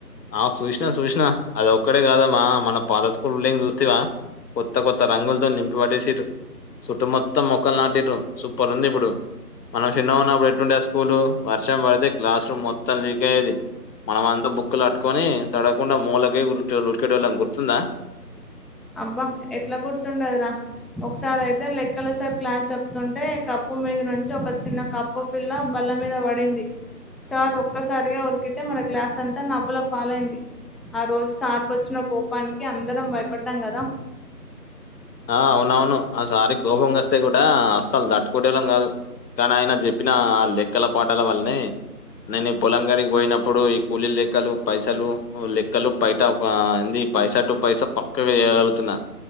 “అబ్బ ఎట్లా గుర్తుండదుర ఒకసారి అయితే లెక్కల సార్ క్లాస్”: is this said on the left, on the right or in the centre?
Centre